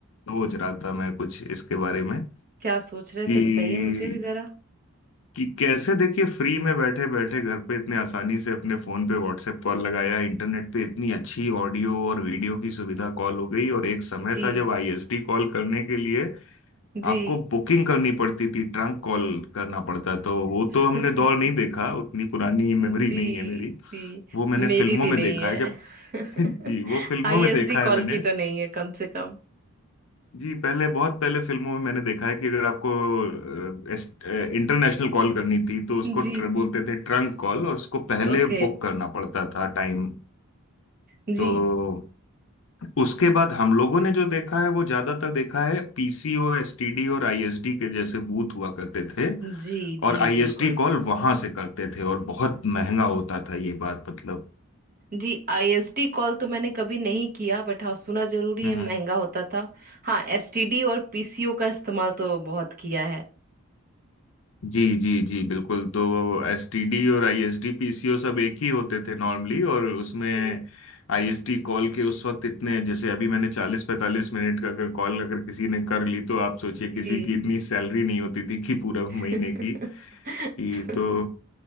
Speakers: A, on the left (about 60°); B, on the right (about 40°).
A: सोच रहा था मैं कुछ इसके बारे में
B: क्या सोच रहे
A: कि
B: थे बताइए मुझे भी जरा
A: कि कैसे देखिए फ्री में बैठे बैठे घर पे इतने आसानी से अपने फोन पे व्हाट्सएप कॉल लगाया इंटरनेट पे इतनी अच्छी ऑडियो और वीडियो की सुविधा कॉल हो गई और एक समय
B: जी
A: था जब आईएसडी कॉल करने के लिए
B: जी
A: आपको बुकिंग करनी पड़ती थी ट्रंक कॉल करना पड़ता तो वो
B: <laughs>
A: तो हमने दौर नहीं देखा उतनी पुरानी मेमोरी
B: जी
A: नहीं है मेरी
B: जी
A: वो मैंने
B: मेरी
A: फिल्मों
B: भी
A: में
B: नहीं
A: देखा
B: है
A: है जब <laughs> जी वो
B: <laughs>
A: फिल्मों
B: आईएसडी
A: में देखा है
B: कॉल
A: मैंने
B: की तो नहीं है कम से कम
A: जी पहले बहुत पहले फिल्मों में मैंने देखा है कि अगर आपको इंटरनेशनल कॉल करनी थी तो उसको
B: जी
A: tr- बोलते थे ट्रंक कॉल और उसको पहले
B: ओके
A: बुक करना पड़ता था टाइम
B: जी
A: तो उसके बाद हम लोगों ने जो देखा है वो ज्यादातर देखा है पीसीओ एसटीडी और आईएसडी के जैसे बूथ हुआ करते थे
B: जी जी
A: और आईएसडी
B: बिल्कुल
A: कॉल वहां से करते थे और बहुत महंगा होता था ये बात मतलब
B: जी आईएसडी कॉल तो मैंने कभी नहीं किया बट हाँ सुना जरूरी
A: हम्म
B: है महंगा होता था हाँ एसटीडी और पीसीओ का इस्तेमाल तो बहुत किया है
A: जी जी जी बिल्कुल तो एसटीडी और आईएसडी पीसीओ सब एक ही होते थे नॉर्मली और उसमें
B: जी
A: आईएसडी कॉल के उस वक्त इतने जैसे अभी मैंने चालीस पैंतालीस मिनट का अगर कॉल अगर किसी ने कर ली तो आप सोचिए
B: जी
A: किसी की इतनी सैलरी नहीं होती थी कि पूरा
B: <laughs>
A: महीने की कि तो